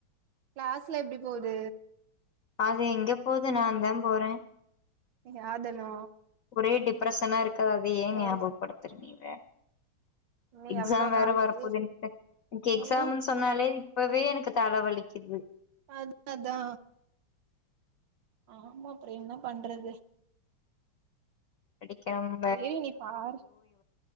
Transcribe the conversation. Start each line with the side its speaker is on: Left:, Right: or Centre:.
Right: கிளாஸ்லா எப்டி போது
Left: அது எங்க போது நா தா போறே
Right: யாதனு
Left: ஒரே டிப்ரஷனா இருக்க அத ஏ ஞாபகப்படுத்தர
Right: ஒரு
Left: நீீ வேற
Right: இன்னு
Left: எக்ஸாம்
Right: எவ்ளோ நாளைக்கு
Left: வேற வரப்போது என எனக் எக்ஸாம்
Right: அதா
Left: சொன்னாலே இப்பவே எனக்கு தல வலிக்குது
Right: அத் அதா ஆமா அப்புற என்ன பண்றது
Left: படிக்கனும்
Right: ஏரி நீ பாரு